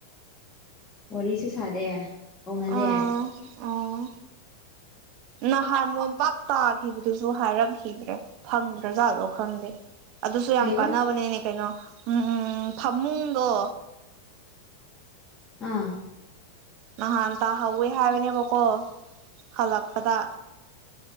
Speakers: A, on the left; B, on the right.
A: ꯋꯥꯔꯤꯁꯨ ꯁꯥꯗꯦ ꯀꯧꯅꯗꯦ
B: ꯑꫭ ꯑꯣ ꯅꯍꯥꯟ ꯃꫭꯝ ꯄꯥꯛ ꯇꯥꯈꯤꯕꯗꯨꯁꯨ ꯍꯥꯏꯔꯛꯈꯤꯗ꯭ꯔꯦ ꯐꯪꯗ꯭ꯔꯥ ꯖꯥꯠꯂꫭ ꯈꯪꯗꯦ ꯑꯗꯨꯁꯨ
A: ꯀꯩꯕ
B: ꯌꯥꯝ ꯀꯥꯟꯅꯕꯅꯤꯅꯦ ꯀꯩꯅꯣ ꯎꯝ ꯎꯝ ꯐꯃꯨꯡꯒꯣ
A: ꯑꯥ
B: ꯅꯍꯥꯟ ꯇꯥꯍꯧꯋꯦ ꯍꯥꯏꯕꯅꯦꯕꯀꯣ ꯍꯜꯂꯛꯄꯗ